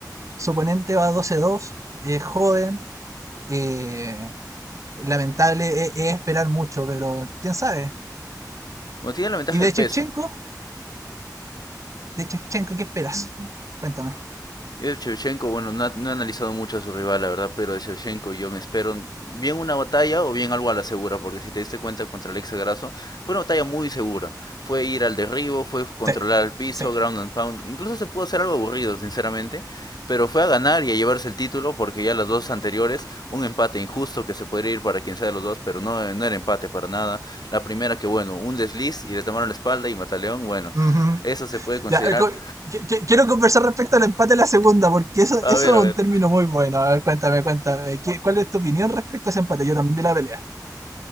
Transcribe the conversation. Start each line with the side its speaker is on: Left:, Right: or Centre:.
Right: Su oponente va doce dos es joven. eh, lamentable es, es esperar mucho, pero quién sabe.
Left: Bueno, tiene la ventaja
Right: Y de
Left: del peso,
Right: Shevchenko, de Chevchenko, ¿qué esperas? Cuéntame.
Left: Yo de Shevchenko, bueno, no, ha- no he analizado mucho a su rival, la verdad, pero de Shevchenko yo me espero bien una batalla o bien algo a la segura, porque si te diste cuenta contra Alexa Grasso, fue una batalla muy segura. Fue ir al derribo, fue controlar
Right: Sí,
Left: al piso,
Right: sí.
Left: ground and pound, incluso se pudo hacer algo aburrido, sinceramente, pero fue a ganar y a llevarse el título, porque ya las dos anteriores, un empate injusto que se podría ir para quien sea de los dos, pero no, no era empate para nada. La primera que, bueno, un desliz y le tomaron la espalda y Mataleón, bueno,
Right: Ujú.
Left: eso se puede considerar.
Right: Ya, eh, co- quiero conversar respecto al empate de la segunda, porque eso,
Left: A
Right: eso
Left: ver, a
Right: es
Left: ver.
Right: un término muy bueno. A ver, cuéntame, cuéntame. ¿Qué- ¿Cuál es tu opinión respecto a ese empate? Yo también vi la pelea.